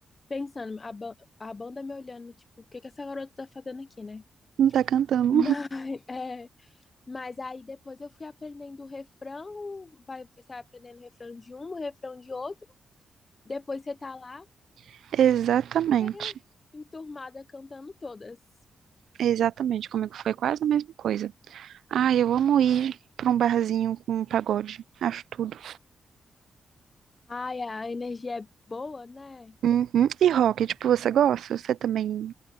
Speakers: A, on the left; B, on the right.
A: pensando, a, ba- a banda me olhando, tipo, o que que essa garota tá fazendo aqui, né?
B: Não tá cantando.
A: <laughs> Mas, é, mas aí depois eu fui aprendendo o refrão, vai, você vai aprendendo o refrão de um, o refrão de outro. Depois você tá lá
B: <laughs> Exatamente.
A: bem enturmada cantando todas.
B: Exatamente. Comigo foi quase a mesma coisa. Ah, eu amo ir pra um barzinho com pagode. Acho tudo.
A: Ai, a energia é boa, né?
B: Uhum. E rock, tipo, você gosta? Você também